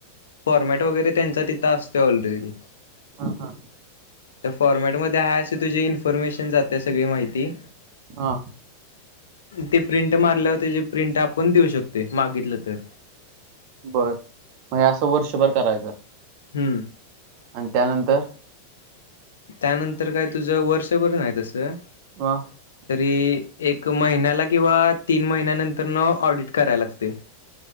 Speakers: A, on the left; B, on the right.
A: फॉर्मॅट वगैरे त्यांचा तिथं असतोय ऑलरेडी
B: हा हा.
A: फॉर्मॅट मधे हाय आशी, तुझी इन्फॉर्मेशन जाते, सगळी माहिती
B: हा.
A: ते प्रिंट मारल्यावर त्याची प्रिंट आपण देऊ शकतोय, मागितलं तर
B: बर, म आस हे वर्षभर करायचं.
A: हुं.
B: आणि त्यानंतर
A: त्यानंतर काय तुझ वर्षभर नाही तसं?
B: वा
A: तरी एक महिन्याला किंवा तीन महिन्यानंतर न ऑडिट कराय लागतय. <inaudible>